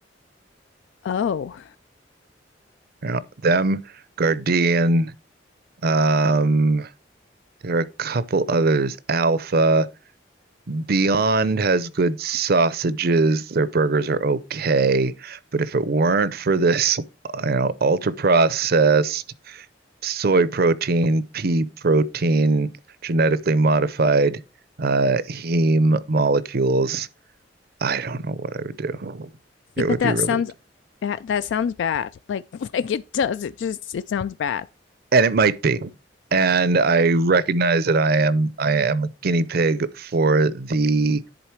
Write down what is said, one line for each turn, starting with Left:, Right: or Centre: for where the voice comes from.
Left: Oh,
Right: You know, them, Guardian, um, there are a couple others, Alpha. Beyond has good sausages. Their burgers are okay. But if it weren't for this, you know, ultra processed soy protein, pea protein, genetically modified uh, heme molecules, I don't know what I would do.
Left: see,
Right: It
Left: but
Right: would
Left: that
Right: be really,
Left: sounds bad. That sounds bad. Like, <laughs> like it does. It just it sounds bad.
Right: and it might be. And I recognize that I am I am a guinea pig for the